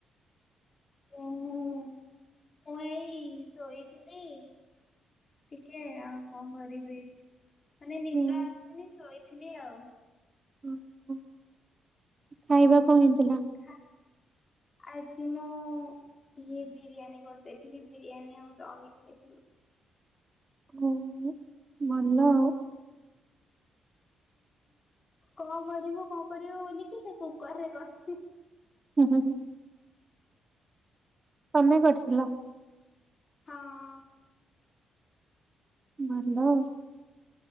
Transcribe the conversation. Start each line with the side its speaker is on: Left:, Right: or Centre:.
Left: <unintelligible> ମୁଁ ଏଇ ଶୋଇଥିଲି। ଟିକେ ଆଉ କଣ କରିବି ମାନେ ନିଦ
Right: ହୁଁ,
Left: ଆସୁନି ଶୋଇଥିଲି ଆଉ।
Right: ଓ ହୋ ଖାଇବା କଁ ହେଇଥିଲା?
Left: ଖା ଆଜି ମୁଁ ଇଏ ବିରିୟାନୀ କରିଦେଇଥିଲି ବିରିୟାନୀ ଆଉ ଦହି ଖାଇଥିଲୁ।
Right: ଓ ହୋ ଭଲ ଆଉ।
Left: କଣ କରିବୁ କଣ କରିବୁ ବୋଲିକି ସେ କୁକର ରେ କରିଛି।
Right: <unintelligible> ତମେ କରିଥିଲ?
Left: ହଁ।
Right: ଭଲ ଆଉ।